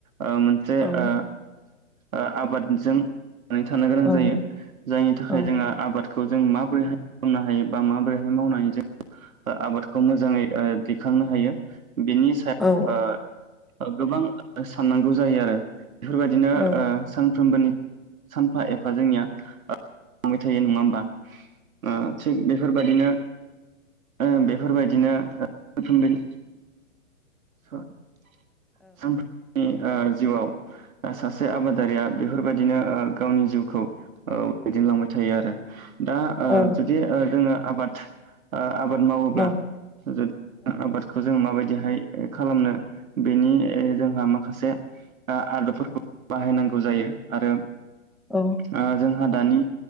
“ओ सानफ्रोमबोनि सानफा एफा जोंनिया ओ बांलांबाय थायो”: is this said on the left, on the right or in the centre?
Right